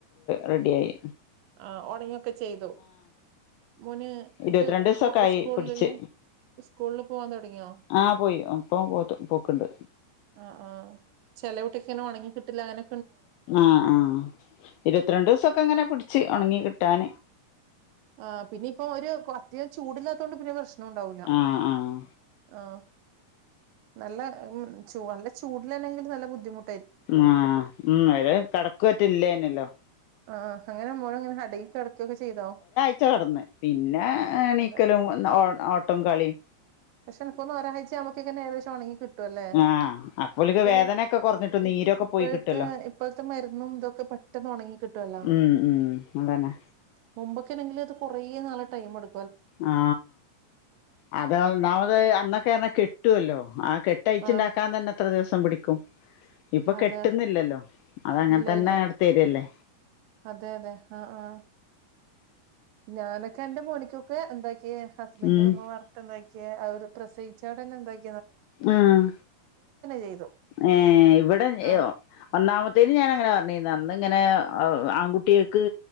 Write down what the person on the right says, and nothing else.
ആ ഉണങ്ങിയൊക്കെ ചെയ്തു. മോന്
എന്നിട്ട്
സ്കൂളില്
സ്കൂളില് പോവാൻ തുടങ്ങിയോ?
ആ ആ ചില കുട്ടിങ്ങനെ ഉണങ്ങി കിട്ടില്ല. അങ്ങനെ
ആ പിന്നെ ഇപ്പൊ ഒരു കൊ അധികം ചൂടില്ലാത്തകൊണ്ട് പിന്നെ പ്രശ്ന നണ്ടാവൂല്ല
ആ നല്ല ഉം ചൂ അ നല്ല ചൂടിലല്ലെങ്കിൽ നല്ല ബുദ്ധിമു
ആ അങ്ങനെ മോള ഇങ്ങനെ ഹട ഒക്കെ ചെയ്തോ
അതെ
പക്ഷെ എനക്കുതോന്നു ഒരാഴ്ച നമക്കിങ്ങനെ ഏകദേശം ഒണങ്ങി കിട്ടുവല്ലേ
ചെല
ഈ
ഇപ്പഴത്തെ
ഇപ്പഴത്തെ മരുന്നും ഇതുവൊക്കെ പെട്ടെന്ന് ഒണങ്ങി കിട്ടുവല്ലോ
മുമ്പ് എണെങ്കിൽ അത് കുറേ നാള് ടൈം എടു
ആഹ്
അതെ
ഇല്ല
ഇല്ല
അതെ അതെ ആ ആ ഞാനൊക്കെ എന്റെ മോനിക്കെ ക്കെ എന്താക്കിയെ ഹസ്ബന്റിന്റുമ്മ
വറത്തൊണ്ടാക്കിയ അതെടു പ്രസവിച്ചൊടനെ എന്തായ്
ചെയ്തു
ആ